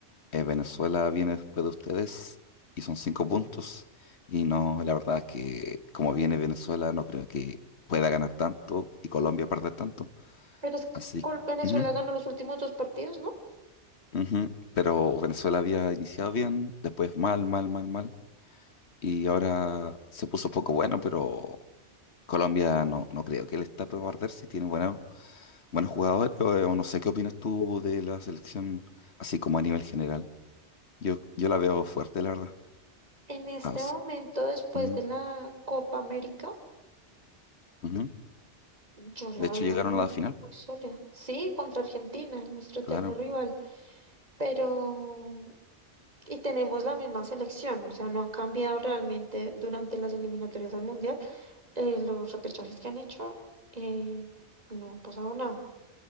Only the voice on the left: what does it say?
eh, Venezuela viene después de ustedes y son cinco puntos. Y no, la verdad que como viene Venezuela no creo que pueda ganar tanto y Colombia perder tanto.
Así,
ujú,
ujú. Pero Venezuela había iniciado bien, después mal, mal, mal, mal. Y ahora se puso poco bueno, pero Colombia no, no creo que le está para guardar si tiene buenos, buenos jugadores o, o no sé qué opinas tú de la selección así como a nivel general. Yo, yo la veo fuerte, la verdad.
Ah, s-
ujú,
ujú.
De hecho,
llegaron
a la final.
Claro,